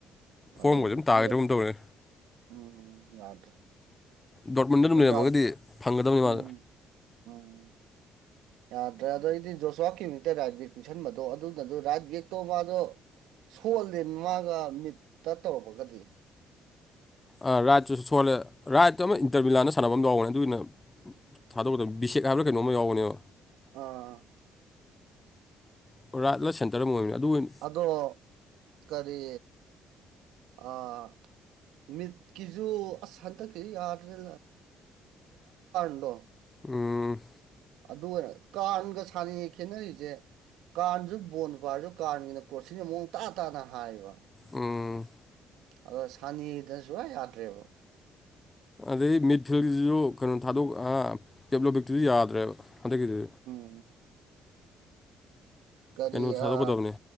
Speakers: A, on the left (about 20°); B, on the right (about 80°).
A: ꯐꯣꯔꯝꯒ
B: ꯑꯗꯨꯅ‌ꯦ
A: ꯑꯗꯨꯝ ꯇꯥꯒꯗ꯭ꯔ
B: ꯄ꯭ꯂꯦꯗ‌ꯣ
A: ꯑꯗꯨꯝ ꯇꯧꯔꯦ
B: ꯎꯝ ꯌꯥꯗ꯭ꯔꯦ
A: ꯗꯥꯎꯠ ꯃꯨꯟꯗꯨꯅ <unintelligible>
B: ꯎꯟꯗꯥꯞ
A: ꯂꯝꯃꯒꯗꯤ ꯐꯪꯒꯗꯕ
B: ꯎꯝ ꯎꯝ ꯌꯥꯗ꯭ꯔꯦ ꯑꯗꯩꯗꯤ ꯖꯣꯁꯋꯥꯀꯤ <unintelligible> ꯔꯥꯏꯠ ꯕꯦꯒ ꯄꯤꯡꯁꯟꯕꯗꯣ ꯑꯗꯨꯅꯖꯨ ꯔꯥꯏꯠ ꯕꯦꯒꯇꯣ ꯃꯥꯗꯣ ꯁꯣꯜꯂꯦ ꯃꯥꯒ ꯃꯤꯠꯇ ꯇꯧꯔꯛꯄꯒꯗꯤ
A: ꯑꯥ ꯔꯥꯏꯠꯇꯨꯁꯨ ꯁꯣꯜꯂꯦ ꯔꯥꯏꯠꯇꯨ ꯑꯃ
B: ꯎꯝ
A: ꯏꯟꯇ꯭ꯔꯚꯤꯌꯨ ꯂꯥꯟꯅꯁ ꯁꯥꯟꯅꯕꯝ ꯌꯥꯎꯕꯅꯦ ꯑꯗꯨꯅ ꯎꯝ ꯊꯥꯗꯣꯛꯀꯗꯕ ꯕꯤꯁꯦꯛ ꯍꯥꯏꯕ꯭ꯔꯥ ꯀꯩꯅꯣꯝꯃ ꯌꯥꯎꯕꯅꯦꯕ
B: ꯑꯥ
A: <unintelligible> ꯔꯥꯠꯂ ꯁꯦꯟꯇꯔ ꯔ ꯑꯃ ꯑꯣꯏꯕꯅ‌ꯦ ꯑꯗꯨ ꯑꯣꯏꯟ
B: ꯑꯗꯣ ꯀꯔꯤ ꯑꯥ ꯃꯤꯗꯀꯤꯖꯨ ꯑꯁ ꯍꯟꯗꯛꯀꯤꯗꯤ ꯌꯥꯗ꯭ꯔꯦ <unintelligible> ꯗꯣ
A: ꯎꯝ
B: ꯑꯗꯨ ꯀꯥꯔꯟꯒ <unintelligible> ꯈꯦꯠꯅꯔꯤꯖꯦ ꯀꯥꯟꯖꯨ ꯕꯣꯟꯅ ꯄꯜꯂꯤꯗꯣ ꯀꯥꯟꯒꯤꯅ ꯀ꯭ꯔꯣꯠꯁꯤꯟ ꯃꯑꯣꯡ ꯇ ꯇꯥꯅ ꯍꯥꯏꯕ
A: ꯎꯝ
B: ꯑꯗꯣ ꯁꯥꯟꯅꯤꯗ ꯁꯨꯌꯥ ꯌꯥꯗ꯭ꯔꯦꯕ
A: ꯑꯗꯩ ꯃꯤꯠ ꯐꯤꯜꯒꯤꯖꯤꯖꯨ ꯀꯩꯅꯣ ꯊꯗꯣꯛ ꯑꯥ ꯄꯦꯞꯂꯣꯛ <unintelligible> ꯌꯥꯗ꯭ꯔꯦꯕ ꯍꯟꯗꯛꯀꯤꯗꯨ
B: ꯎꯝ ꯀꯔꯤ
A: ꯀꯩꯅꯣ ꯊꯥꯗꯣꯛꯀꯗꯕꯅꯤ
B: ꯑꯥ